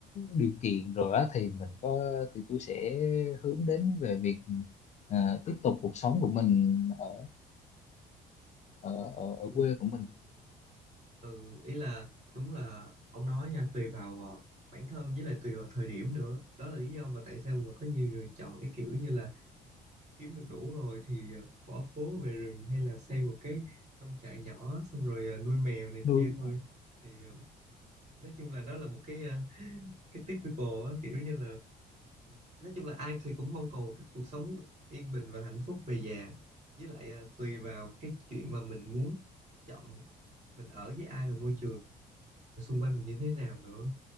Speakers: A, on the left; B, on the right.
A: điều kiện rồi á thì mình có thì tôi sẽ hướng đến về việc ờ, tiếp tục cuộc sống của mình ở ở ở, ở
B: đúng
A: quê
B: rồi.
A: của mình
B: ừ ý là đúng là ông nói nha tùy vào ờ, bản thân với lại tùy vào thời điểm nữa đó là lý do mà tại sao mà có nhiều người chọn cái kiểu như là kiếm được đủ rồi thì ờ, bỏ phố về rừng hay là xây một cái nông trại nhỏ xong rồi ờ, nuôi mèo này
A: nuôi
B: kia thôi thì ờ, nói chung là đó là một cái ờ, cái typical á, kiểu như là nói chung là ai thì cũng mong cầu một cái cuộc sống yên bình và hạnh phúc về già với lại ờ, tùy vào cái chuyện mà mình muốn chọn mình ở với ai và môi trường xung quanh mình như thế nào nữa